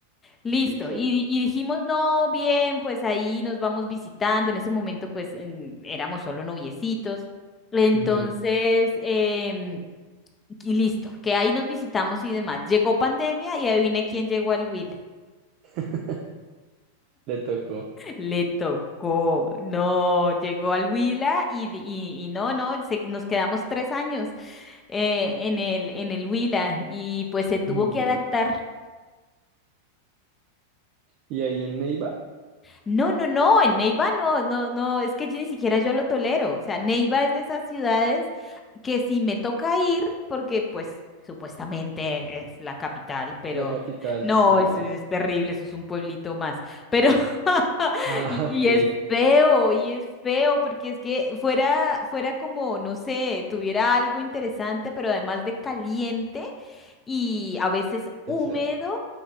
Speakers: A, on the left; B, on the right.
A: Listo,
B: Sí, claro.
A: y, di- y dijimos, no, bien, pues ahí nos vamos visitando, en ese momento pues en- éramos solo noviecitos, entonces,
B: ujú,
A: em, y listo, que ahí nos visitamos y demás. Llegó pandemia y adivine quién llegó al Will.
B: <laughs> Le tocó.
A: Le tocó, no, llegó al Huila y, di- y, y no, no, se- nos quedamos tres años eh, en el, en el Huila y pues se tuvo
B: Uy, no.
A: que adaptar
B: Y ahí en Neiva,
A: No, no, no, en Neiva no, no, no, es que yo ni siquiera yo lo tolero. O sea, Neiva es de esas ciudades que si me toca ir, porque pues supuestamente es la capital, pero
B: la capital,
A: no,
B: sí
A: eso
B: es.
A: es terrible, eso es un pueblito más. Pero, <laughs>
B: Ah,
A: y, y
B: <laughs> ok,
A: es feo, y es feo, porque es que fuera, fuera como, no sé, tuviera algo interesante, pero además de caliente y a veces
B: puede
A: húmedo.
B: ser,